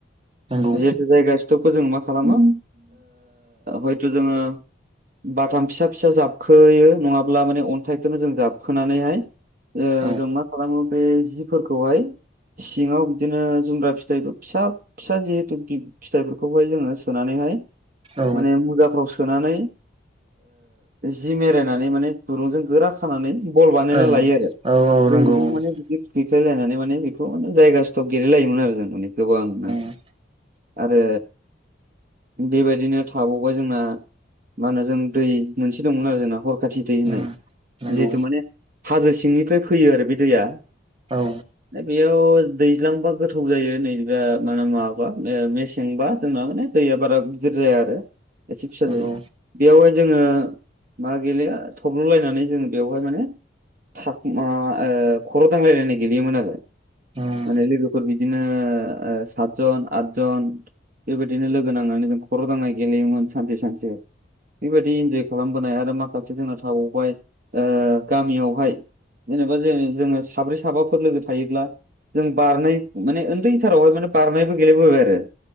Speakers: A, on the right; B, on the right.
A: नंगौ।
B: जिहेथु जायगा स्टकखौ जोङो मा खालामो हयथ' जोङो बाथाम फिसा फिसा जाबखोयो नङाब्ला माने अन्थाइखौनो जों जाबखोनानैहाय
A: औ
B: जों मा खालामो बे जिफोरखौहाय सिङाव बिदिनो जुमब्रा फिथाइ फिसा फिसा जिहेथु बि फिथाइफोरखौहाय जोङो सोनानैहाय
A: औ
B: माने मुजाफ्राव सो- सोनानै जिनानै माने दुरुंजों गोरा खानानै बल बानायना
A: औ
B: लायो आरो।
A: औ नंगौ
B: जों बिदि
A: उम
B: माने बिफ्लायलायनानै माने बेखौ माने जायगा स्टप गेलायलायोमोन आरो जों माने गोबांनो
A: <inaudible>
B: आरो बेबायदिनो थाबावा जोंना मा होनो जों दै मोनसे दंमोन आरो जोंना हर खाथि दै होननाय।
A: उम नंगौ
B: जिहेतु माने हाजो सिंनिफ्राय फैयो आरो बे दैया
A: औ।
B: बेयाव दैज्लांबा गोथौ जायो नै दा माबाबा मेसेंबा जोंना माने दैया बारा गिदिर जाया आरो एसे फिसा
A: नंगौ
B: जायो। बेवहाय जोङो मा गैलेया थब्ल'लायनानै जोङो बेवहाय माने थ मा ओ खर' दांलायलायनाय गेलेयोमोन आरो।
A: उम
B: माने लोगोफोर बिदिनो ओ सातजन आदजन बेबायदिनो लोगो नांनानै जों खर' दांनाय गेलेयोमोन सानसे सानसे। बेबायदि इन्जय खालामबोनाय आरो माखासे जोंना थाबावबाय ओ गामियावहाय जेनेबा जे जोङो साब्रै साबाफोर लोगो थायोब्ला जों बारनाय माने उन्दैथारावहाय माने बारनायबो गेलेबोबाय आरो।